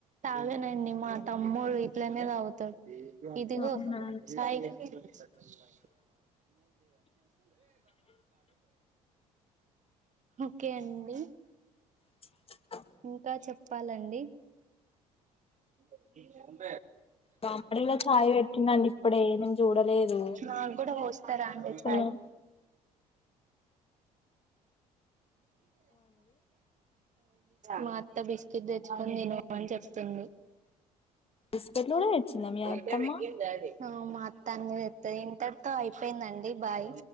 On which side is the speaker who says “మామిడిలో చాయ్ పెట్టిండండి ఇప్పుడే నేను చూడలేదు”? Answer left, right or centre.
Left